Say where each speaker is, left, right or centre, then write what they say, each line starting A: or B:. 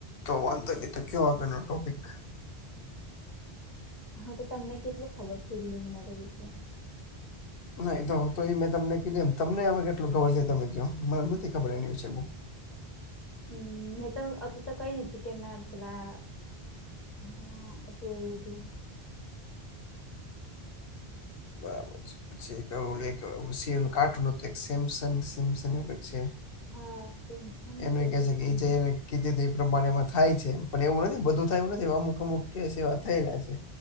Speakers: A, on the left; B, on the left.
A: તો વાંધો નહી તો કેવયો આગળનો ટોપિક
B: હા તો તમને કેટલું ખબર છેલુમિનારી વિશે.
A: ના તો તો મેં તમને કીધું એ તમને હ કેટલું ખબર છે તમે કહો મને નથી ખબર એની વિશેે બહુ
B: હમ્મ મેં તો અતુ તો કઈ દીધું કે ના રા હમ્મ હતું એવું હતું.
A: બરાબર છે. પછી એક ઓલું રશિયન કાર્ટૂન હતું એક સેમસ સેમ એવું કઈક છે
B: હા સિમસન
A: એનું
B: કેવું
A: કે
B: કઈક
A: છે કે
B: નામ
A: એ જેને કીધ તો એ પ્રમાણે એમાં થાય છે પણ એવું નથી બધું થાય એવું નથી અમુક અમુક કેસ એવા થયેલા છે